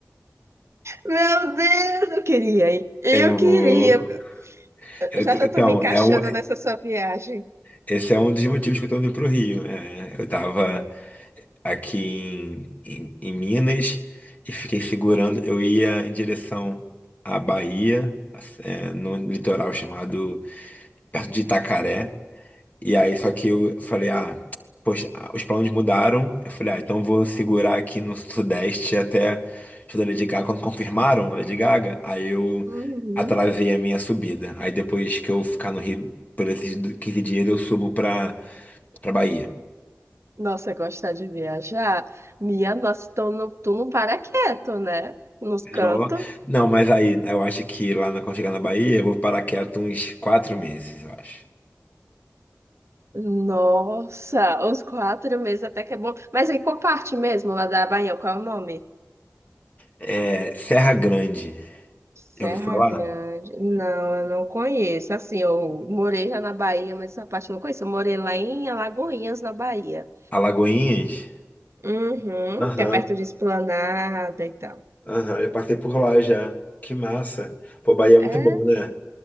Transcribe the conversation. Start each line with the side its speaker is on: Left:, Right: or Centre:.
Right: Meu Deus, eu queria, hein? Eu
Left: eu
Right: queria.
Left: vou.
Right: Eu
Left: eu
Right: Já
Left: tô-
Right: já
Left: então,
Right: tô me encaixando
Left: é, o-
Right: nessa sua viagem.
Left: esse é um dos motivos que eu tô indo pro Rio. né? eu tava aqui em, em, em Minas e fiquei segurando. Eu ia em direção à Bahia, é, num litoral chamado perto de Itacaré. E aí, só que eu falei, ah, poxa, ah, os planos mudaram. Eu falei, ah, então vou segurar aqui no Sudeste até o show da Lady Gaga. Quando confirmaram a Lady Gaga, aí eu
Right: Uhum.
Left: atrasei a minha subida. Aí depois que eu ficar no Rio por esses du- 15 dias, eu subo pra, pra Bahia.
Right: Nossa, gostar de viajar? Minha nossa, tu não, tu não para quieto, né? Nos cantos.
Left: Não, não, mas aí eu acho que lá na- quando chegar na Bahia, eu vou parar quieto uns quatro meses, eu acho.
Right: Nossa, os quatro meses até que é bom. Mas em qual parte mesmo, lá da Bahia? Qual é o nome?
Left: É, Serra Grande.
Right: Serra
Left: Eu ouvi falar?
Right: Grande. Não, eu não conheço. Assim, eu morei já na Bahia, mas essa parte eu não conheço. Eu morei lá em Alagoinhas, na Bahia.
Left: Alagoinhas?
Right: Uhum,
Left: Aham.
Right: que é perto de Esplanada e tal.
Left: Aham, eu passei por lá já. Que massa. Pô, Bahia é
Right: É,
Left: muito bom, né?